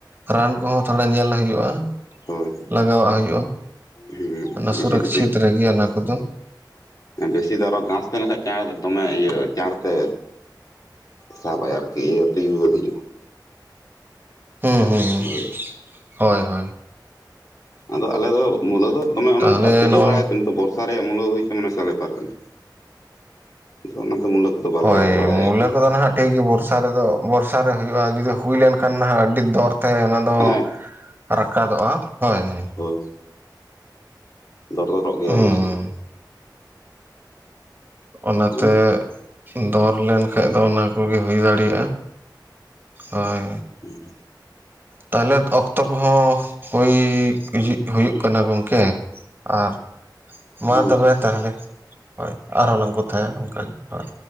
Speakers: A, on the right; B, on the left.
A: ᱨᱟᱱ ᱦᱚᱸ ᱛᱷᱚᱲᱟ ᱧᱮᱞ ᱦᱩᱭᱩᱜᱼᱟ
B: ᱦᱳᱭ
A: ᱞᱟᱜᱟᱣᱟᱜ ᱦᱩᱭᱩᱜᱼᱟ
B: ᱦᱮᱸ
A: ᱚᱱᱟ
B: ᱵᱮᱥᱤ
A: ᱥᱩᱨᱚᱠᱪᱷᱤᱛ
B: ᱫᱚ ᱵᱮᱥ
A: ᱨᱮᱜᱮ ᱤᱭᱟᱹ ᱚᱱᱟ ᱠᱚᱫᱚ
B: ᱵᱮᱥᱤ ᱫᱚ ᱟᱨᱚ ᱜᱷᱟᱸᱥ ᱛᱟᱦᱮᱸ ᱞᱮᱱ ᱠᱷᱟᱱ ᱪᱟᱬ ᱫᱚᱢᱮ ᱤᱭᱟᱹ ᱪᱟᱬ ᱛᱮ ᱥᱟᱵᱟᱭ ᱟᱨᱠᱤ ᱤᱭᱟᱹ ᱛᱤᱡᱩ‌ ᱨᱳᱜᱽ ᱦᱤᱡᱩᱜᱼᱟ
A: ᱦᱩᱸ ᱦᱩᱸ ᱦᱩᱸ
B: ᱫᱟᱲᱮᱭᱟᱜ-ᱟ,
A: ᱦᱳᱭ ᱦᱳᱭ
B: ᱟᱫᱚ ᱟᱞᱮ ᱫᱚ ᱢᱩᱞᱟᱹ ᱫᱚ ᱫᱚᱢᱮ ᱚᱱᱮ
A: ᱛᱟᱦᱚᱞᱮ
B: ᱚᱱᱠᱟ ᱛᱤᱡᱩ
A: ᱱᱚᱜᱼᱚᱭ
B: ᱵᱟᱲᱟᱭᱟᱛᱮ ᱱᱤᱛᱚᱜ ᱵᱚᱨ ᱵᱚᱨᱥᱟ ᱨᱮᱭᱟᱜ ᱢᱩᱞᱟᱹ ᱦᱩᱭ <unintelligible> ᱢᱟᱱᱮ ᱵᱤᱥᱟᱞ ᱵᱮᱯᱟᱨ ᱠᱟᱱᱟ ᱚᱱᱟᱛᱮ ᱢᱩᱞᱟᱹ ᱾ ᱟᱫᱚ ᱵᱟᱞᱮ
A: ᱦᱳᱭ
B: ᱮᱨ ᱵᱟᱲᱟᱭᱟ
A: ᱢᱩᱞᱟᱹ
B: ᱮᱴᱟᱜ ᱠᱤᱪᱷᱩ
A: ᱠᱚᱫᱚ ᱱᱟᱦᱟᱜ ᱴᱷᱤᱠ ᱜᱮ ᱵᱚᱨᱥᱟ ᱨᱮᱫᱚ ᱵᱚᱨᱥᱟ ᱨᱮ ᱦᱩᱭᱩᱜᱼᱟ ᱡᱩᱫᱤ ᱦᱩᱭ ᱞᱮᱱ ᱠᱷᱟᱱ ᱱᱟᱦᱟᱜ ᱟᱹᱰᱤ ᱫᱚᱨᱛᱮ ᱚᱱᱟ ᱫᱚ
B: ᱦᱮᱸ
A: ᱨᱟᱠᱟᱫᱚᱜᱼᱟ ᱦᱮᱸ
B: ᱦᱳᱭ ᱫᱚᱨ ᱜᱚᱫᱚᱜ ᱜᱮᱭᱟ
A: ᱦᱩᱸ
B: ᱚᱵᱳᱭᱥᱳ
A: ᱚᱱᱟᱛᱮ
B: ᱦᱮᱸ
A: ᱫᱚᱨ ᱞᱮᱱᱠᱷᱟᱡ ᱫᱚ ᱚᱱᱟ ᱠᱚᱜᱮ ᱦᱩᱭ ᱫᱟᱲᱮᱭᱟᱜᱼᱟ ᱦᱳᱭ
B: ᱦᱩᱸ
A: ᱛᱟᱦᱞᱮ ᱚᱠᱛᱚ ᱠᱚᱦᱚᱸ ᱦᱩᱭ ᱤᱡᱤᱜ ᱦᱩᱭᱩᱜ ᱠᱟᱱᱟ ᱜᱚᱝᱠᱮ ᱟᱨ ᱢᱟ
B: ᱦᱮᱸ
A: ᱛᱚᱵᱮ ᱛᱟᱦᱞᱮ ᱦᱳᱭ ᱟᱨᱦᱚᱸ ᱞᱟᱝ ᱠᱚᱛᱷᱟᱭᱟ ᱚᱱᱠᱟᱜᱮ ᱦᱳᱭ